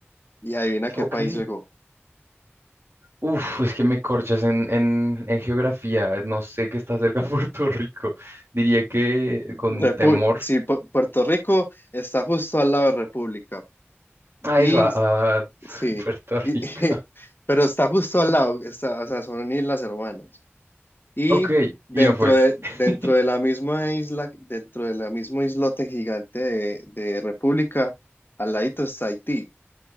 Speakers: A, on the left; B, on the right.
A: y adivina qué
B: Ok.
A: país llegó.
B: Uf, es que me corchas en, en, en geografía, eh, no sé qué está cerca <laughs> de Puerto Rico, diría que con
A: Repu-
B: temor
A: sí, Pu- Puerto Rico está justo al lado de República
B: a
A: y
B: eso, a, a
A: sí,
B: <laughs> Puerto
A: y-
B: Rico.
A: <laughs> pero está justo al lado, está, o sea, son islas hermanas. Y
B: Ok,
A: dentro
B: y no fue.
A: de,
B: <laughs>
A: dentro de la misma isla, dentro de la mismo islote gigante de, de República, al ladito está Haití,